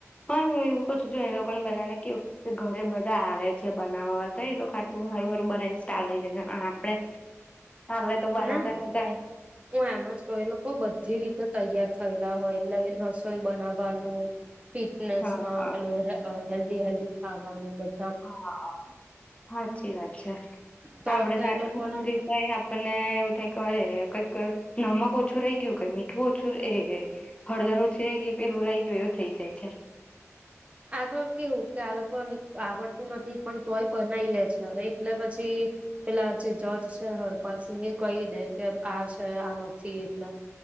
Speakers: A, on the left; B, on the right.
A: પણ હું એવું કઉં છું કે જો એ લોકોને બધાને કેવું ઘરે બ <unintelligible> જે બનાવા <unintelligible> બહું હારું-હારું બનાઈને સ્ટાર લઈ જાય ને આપડે આપડે તો બનાતા
B: ના.
A: નતા
B: હું એમ જ કહું એ લોકો બધી રીતે તૈયાર થયેલા હોય, એટલે રસોઈ બનાવાનું ફિટનેસ
A: હા
B: માં
A: હા
B: પેલું હેલ્ લ્દી ખાવાનું બધુ
A: હા, સાાચી વાત છે. હા,
B: તો
A: આપડે
B: એ લોકોને
A: <unintelligible> ઉપર તો આપને એવું થાય કરે કઈક નમક ઓછું રહી ગયું કઈ મીઠું ઓછું એ એ હળદર ઓછી રહી ગય પેલું રહી ગયું એવું થઇ જાય છે.
B: આ તો કેવું કે આ લોકો આવડતું નથી પણ તોય બનાવી લે છે એટલે પછી પેલા જે જજ છે હરપાલ સિંંગ એ કહી દે કે આ છે આ નથી એટલે